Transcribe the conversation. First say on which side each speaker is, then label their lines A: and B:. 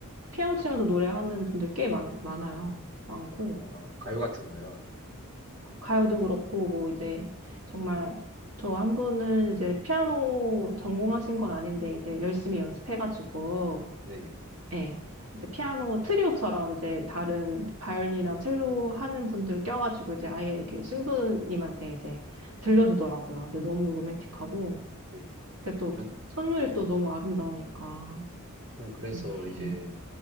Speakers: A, on the right; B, on the right.
A: 피아노 치면서 노래하는 분들 꽤 많, 많아요. 많고.
B: 아, 가요 같은 거요.
A: 가요도 그렇고, 뭐 이제 정말 저 한 분은 이제 피아노 전공하신 건 아닌데 이제 열심히 연습해가지고,
B: 네네.
A: 예. 이제 피아노 트리오처럼 이제 다른 바이올린이랑
B: 음,
A: 첼로 하는 분들 껴가지고 이제 아예 이렇게 신부님한테 이제 들려주더라고요.
B: 네네.
A: 근데 너무 로맨틱하고,
B: 네.
A: 그게 또
B: 전,
A: 선율이
B: 네네.
A: 또 너무 아름다우니까,
B: 전 그래서
A: 음, <laughs>
B: 이제